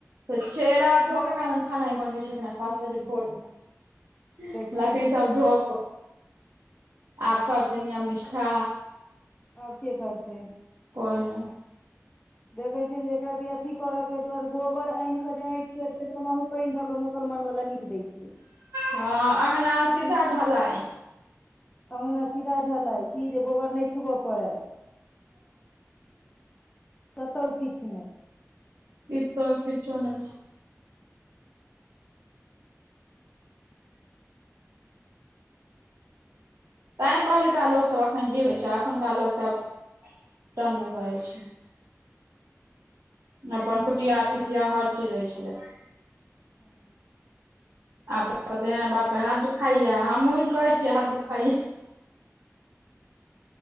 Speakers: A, on the right; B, on the left.
A: तऽ चेहरा धोकऽ के खाना बनबै छलखिन के पाँच बजे भोर मे।
B: देखियौ
A: लकड़ी सब धो। आ करतेय नियम निष्ठा।
B: आब के करतेय।
A: कोइ नहि।
B: देखै छियै जे एकरति अथी करय के दुआरे गोबर आनि कऽ जे आइठ फेटतैत से ओना हु। पेनि धऽ के मुसलमान वला नीक दै छै
A: हँ अगंना सीधा ढालाइ।
B: अंगना सीधा ढलाइ कि जे गोबर नहि छुबय पड़ै। कतहु किछु नहि।
A: ई तऽ किछु नहि छेय।
B: <inaudible> <unintelligible>
A: तैंय पहिलका लोकसभ अखन जीवै छै। अखुनका लोग
B: हँ
A: सब टन्न भऽ जाइ छै। अपन
B: बुझलियै
A: कुटिया पिसिया हर चीज रहै छलै।
B: हु।
A: आब तऽ कहते ऐ बापरे हाथ दुखाया हमहुँ कहै छियै हाथ दुखाइया।